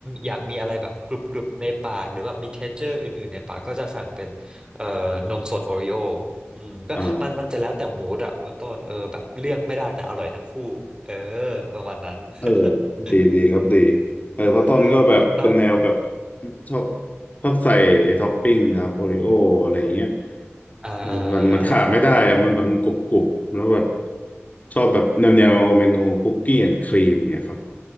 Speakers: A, on the right; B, on the left.
A: อยากมีอะไรแบบกรุบกรุบในปากหรือแบบมีเท็กเจอร์อื่นๆ ในปากก็จะสั่งเป็นเอ่อนมสดโอริโออืมก็มันมันจะแล้วแต่มูดอะคุณต้นเออแบบเลือกไม่ได้แต่อร่อยทั้งคู่เออ
B: อ๋อ
A: ประมาณนั้น
B: เออ
A: <laughs>
B: ดีดีครับดีเออเพราะต้นก็แบบเป็นแนวแบบ
A: เออแล้ว
B: ชอบชอบใส่ไอ้ท็อปปิ้งครับโอริโออะไรอย่างเงี้ย
A: อ่า
B: เออมันมันขาดไม่ได้อะมันแบบมันกรุบกรุบแล้วแบบชอบแบบแนวแนวเมนูคุกกี้แอนด์ครีมเงี้ยครับ